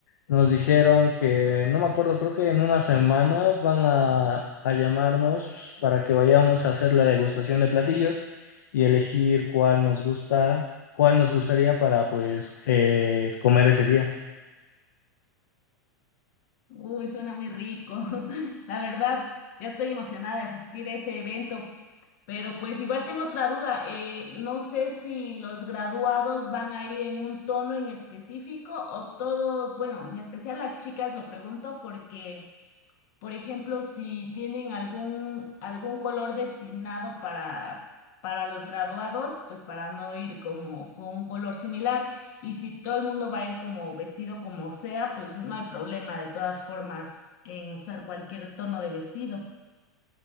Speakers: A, on the left (about 70°); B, on the left (about 55°).
A: nos dijeron que, no me acuerdo, creo que en una semana van a, a llamarnos para que vayamos a hacer la degustación de platillos y elegir cuál nos gusta, cuál nos gustaría para pues eh, comer ese día.
B: Uy, suena muy rico. <laughs> La verdad, ya estoy emocionada de asistir a ese evento, pero pues igual tengo otra duda. eh, no sé si los graduados van a ir en un tono en específico o todos, bueno, en especial las chicas lo pregunto porque... Por ejemplo, si tienen algún, algún color destinado para, para los graduados, pues para no ir como con un color similar. Y si todo el mundo va a ir como vestido como sea, pues no hay problema de todas formas en usar cualquier tono de vestido.